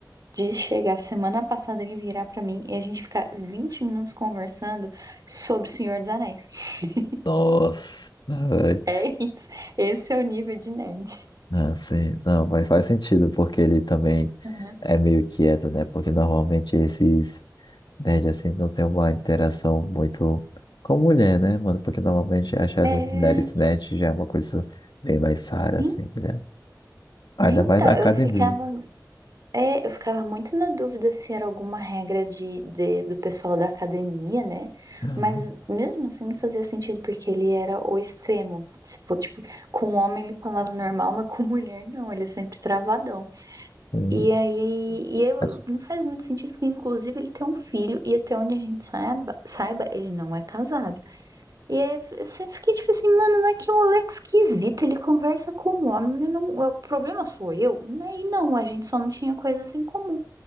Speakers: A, on the right; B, on the left.
A: de chegar semana passada ele virar pra mim e a gente ficar 20 minutos conversando sobre o Senhor dos Anéis. <laughs>
B: Nossa, velho.
A: É isso. Esse é o nível de nerd.
B: Não, sim, não, mas faz sentido, porque ele também
A: Uhum.
B: é meio quieto, né? Porque normalmente esses nerds assim não tem uma interação muito com mulher, né, mano? Porque normalmente achar essas
A: É,
B: mulheres nerds já é uma coisa bem mais rara,
A: en-
B: assim, né? Ainda
A: então,
B: mais na academia.
A: eu ficava, é, eu ficava muito na dúvida se era alguma regra de, de- do pessoal da academia, né?
B: Uhum.
A: Mas mesmo assim não fazia sentido, porque ele era o extremo. Se for, tipo, com um homem ele falava normal, mas com mulher não, ele é sempre travadão.
B: Sim,
A: E aí, e eu-
B: Acho-
A: não faz muito sentido, porque inclusive ele tem um filho, e até onde a gente saiba, saiba, ele não é casado. E aí eu sempre fiquei tipo assim, mano, mas que moleque esquisito, ele conversa com um homem, eu não, o problema sou eu? né? E não, a gente só não tinha coisas em comum.